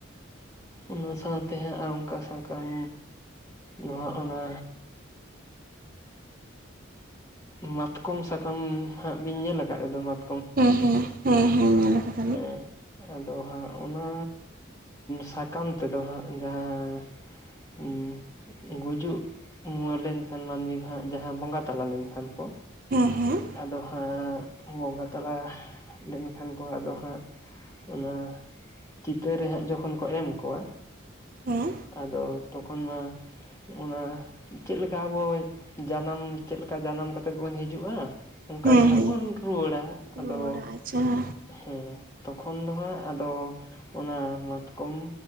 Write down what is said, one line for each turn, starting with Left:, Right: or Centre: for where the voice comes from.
Left: ᱚᱱᱟ ᱥᱟᱶᱛᱮ ᱦᱟᱸᱜ ᱟᱨ ᱚᱱᱠᱟ ᱥᱟᱠᱟᱢ ᱫᱚ ᱚᱱᱟ ᱢᱟᱛᱠᱚᱢ ᱥᱟᱠᱟᱢ ᱦᱟᱸᱜ ᱵᱤᱱ ᱧᱮᱞ ᱠᱟᱜ ᱜᱮᱫᱚ ᱢᱟᱛ
Right: ᱦᱮᱸ ᱦᱮᱸ, ᱦᱮᱸ ᱦᱮᱸ ᱧᱮᱞ ᱟᱠᱟᱫᱟ
Left: ᱦᱮᱸ ᱟᱫᱚ ᱦᱟᱸᱜ ᱚᱱᱟ ᱥᱟᱠᱟᱢ ᱛᱮᱫᱚ ᱦᱟᱸᱜ ᱡᱟᱦᱟᱸ ᱩᱸ ᱜᱩᱡᱩᱜ ᱩᱸ ᱞᱮᱱᱠᱷᱟᱱ ᱢᱟᱹᱱᱢᱤ ᱦᱟᱸᱜ ᱡᱟᱦᱟᱸ ᱵᱚᱸᱜᱟ ᱛᱟᱞᱟ ᱞᱮᱱᱠᱷᱟᱱ ᱠᱚ,
Right: ᱦᱮᱸ ᱦᱮᱸ᱾
Left: ᱟᱫᱚ ᱦᱟᱸᱜ ᱵᱚᱸᱜᱟ ᱛᱟᱞᱟ ᱞᱮᱱᱠᱷᱟᱱ ᱠᱚ ᱟᱫᱚ ᱦᱟᱸᱜ ᱚᱱᱟ ᱪᱤᱛᱟᱹᱨ ᱨᱮ ᱦᱟᱸᱜ ᱡᱚᱠᱷᱚᱱ ᱠᱚ ᱮᱢ ᱠᱚᱣᱟ
Right: ᱦᱮᱸ
Left: ᱟᱫᱚ ᱛᱚᱠᱷᱚᱱ ᱢᱟ ᱚᱱᱟ ᱪᱮᱫ ᱞᱮᱠᱟ ᱟᱵᱚ ᱡᱟᱱᱟᱢ ᱪᱮᱫ ᱞᱮᱠᱟ ᱡᱟᱱᱟᱢ ᱠᱟᱛᱮᱫ ᱵᱚᱱ ᱦᱤᱡᱩᱜᱼᱟ, ᱚᱱᱠᱟ
Right: ᱦᱮᱸ
Left: ᱜᱮ ᱦᱟᱸᱜ
Right: ᱦᱮᱸ
Left: ᱵᱚᱱ ᱨᱩᱣᱟᱹᱲᱟ ᱟᱫᱚ
Right: ᱨᱩᱣᱟᱹᱲᱟ ᱟᱪᱪᱷᱟ
Left: ᱦᱮᱸ, ᱛᱚᱠᱷᱚᱱ ᱫᱚ ᱦᱟᱸᱜ ᱟᱫᱚ ᱚᱱᱟ ᱢᱟᱛᱠᱚᱢ